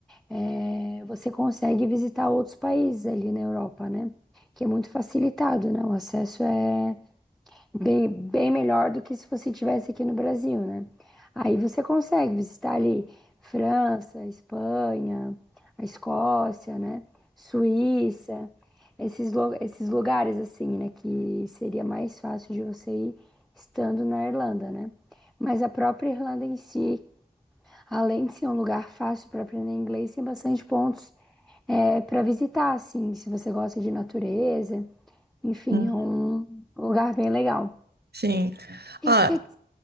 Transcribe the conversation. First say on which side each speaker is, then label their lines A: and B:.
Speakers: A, in the centre; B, on the right.
A: é, você consegue visitar outros países ali na Europa, né? Que é muito facilitado, né? O acesso é. Bem, bem melhor do que se você tivesse aqui no Brasil, né? Aí você consegue visitar ali França, Espanha, a Escócia, né? Suíça, esses, lu- esses lugares assim, né? Que seria mais fácil de você ir estando na Irlanda, né? Mas a própria Irlanda em si, além de ser um lugar fácil para aprender inglês, tem bastante pontos para visitar, assim, se você gosta de natureza, enfim,
B: Uhum.
A: é um lugar bem legal. O
B: Sim.
A: que,
B: Ah.
A: que,